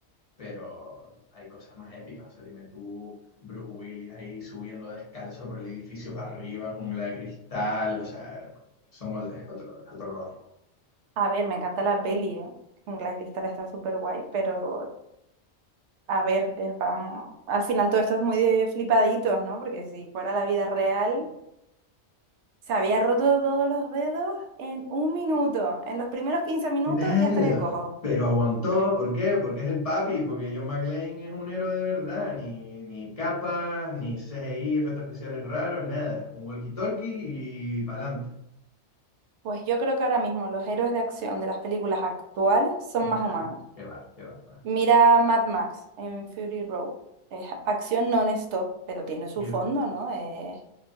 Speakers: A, on the left; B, on the right.
A: Pero hay cosas más épicas. O sea, dime tú, Bruce Willis ahí subiendo descalzo por el edificio para arriba, en jungla de cristal. O sea, son otro, es otro, es otro rollo.
B: A ver, me encanta la peli, ¿eh? Claro Cristal está súper guay, pero a ver, es pa- al final todo esto es muy de flipaditos, ¿no? Porque si fuera la vida real, se había roto todos los dedos en un minuto, en los primeros 15 minutos
A: Claro,
B: ya estaría cojo.
A: pero aguantó, ¿por qué? Porque es el papi, porque John McClane es un héroe de verdad, ni, ni capas, ni CGI, efectos especiales raros, nada. Un walkie-talkie y pa'lante.
B: Pues yo creo que ahora mismo los héroes de acción de las películas actuales son más
A: Nah,
B: humanos.
A: qué va, qué va, qué va.
B: Mira Mad Max en Fury Road. Es acción non-stop, pero tiene
A: Qué-
B: su fondo, ¿no? Es,